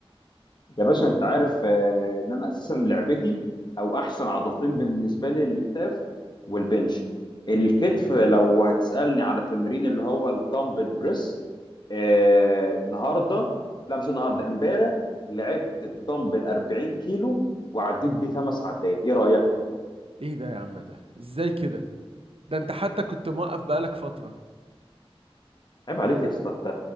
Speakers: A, on the left (about 45°); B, on the right (about 65°).
A: يا باشا انت عارف آه، ان انا اساسا لعبتي او احسن عضلتين بالنسبه لي الاكتاف والبنش الكتف لو هتسالني على تمرين اللي هو الدمبل بريس آه... النهارده لا مش النهارده امبارح لعبت الدمبل 40 كيلو وعديت بيه خمس عدات ايه رايك
B: ايه ده يا عم ده ازاي كده ده انت حتى كنت موقف بقالك فترة
A: عيب عليك يا اسطى انت